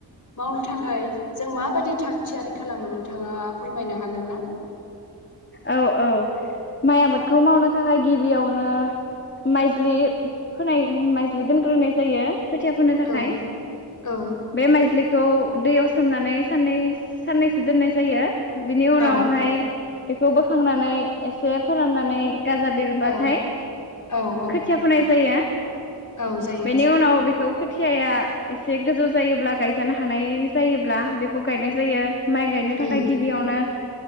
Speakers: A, on the left; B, on the left.
A: मावनो थाखाय जों माबायदि थाग थियारि खालामो नोंथाङा फोरमायनो हागोन ना
B: औ औ माइ आबादखौ मावनो थाखाय गिबियावनो माइज्लि फोनाय माइज्लि दोनग्रोनाय जायो खोथिया फोनो थाखाय
A: औ औ
B: बे माइज्लि खौ दैयाव सोमनानै साननै साननैसो दोननाय जायो बिनि उनावहाय
A: औ
B: बेखौ बोखांनानै एसे फोराननानै गाजा बेरबाथाय
A: औ औ औ
B: खोथिया फोनाय जाया
A: औ जायो
B: बेनि उनाव बेखौ खोथियाया एसे गोजौ जायोब्ला गाय जानो हानाय जायोब्ला बेख खौ गायनाय जायो माइ गायनो थाखाय
A: उम
B: गिबियावनो